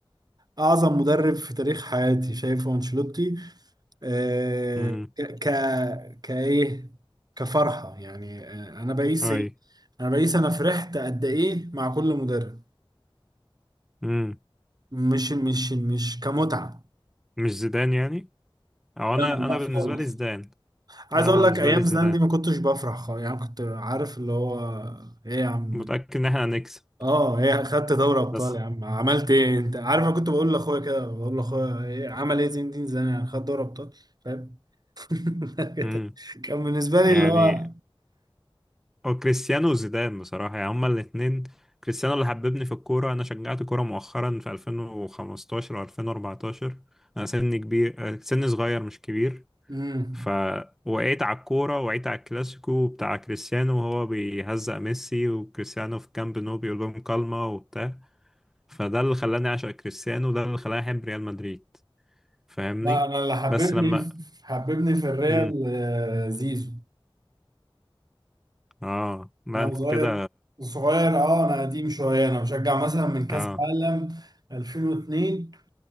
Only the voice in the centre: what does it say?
امم
اي
امم
مش زيدان يعني او انا
انا
بالنسبة لي زيدان
انا
بالنسبة
لي زيدان
متأكد ان احنا هنكسب
بس
امم
يعني
او كريستيانو وزيدان بصراحة يعني هما الاتنين كريستيانو اللي حببني في الكورة انا شجعت كورة مؤخرا في 2015 او 2014 انا سني كبير آه، سني صغير مش كبير
فوقعت على الكورة وقعت على الكلاسيكو بتاع كريستيانو وهو بيهزق ميسي وكريستيانو في كامب نو بيقول لهم كلمة وبتاع فده اللي خلاني أعشق كريستيانو وده اللي خلاني أحب ريال مدريد فاهمني
بس لما
مم.
اه لا
انت
كده
اه